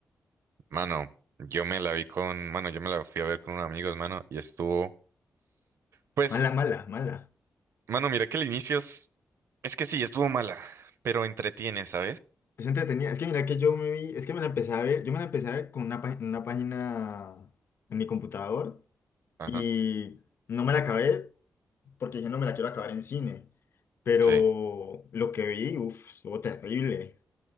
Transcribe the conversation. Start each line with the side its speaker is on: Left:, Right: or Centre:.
Right: Mano, yo me la vi con, mano, yo me la fui a ver con unos amigos, mano, y estuvo, pues,
Left: Mala, mala, mala.
Right: mano, mira que el inicio es, es que sí, estuvo mala, pero entretiene, ¿sabes?
Left: Es entretenida. Es que mira que yo me vi, es que me la empecé a ver, yo me la empecé a ver con una, pá- una página en mi computador
Right: Ajá.
Left: y no me la acabé porque dije no me la quiero acabar en cine. Pero
Right: Sí,
Left: lo que vi, uff, estuvo terrible.